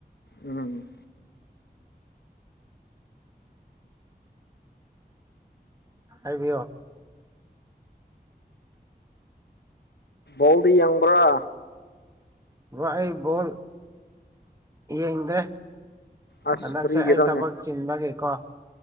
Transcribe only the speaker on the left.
ꯎꯝ
ꯥꯎꯗꯤ ꯌꯥꯡꯕ꯭ꯔꯥ
ꯑꯁ
ꯀꯔꯤꯒꯤꯔꯣꯅꯦ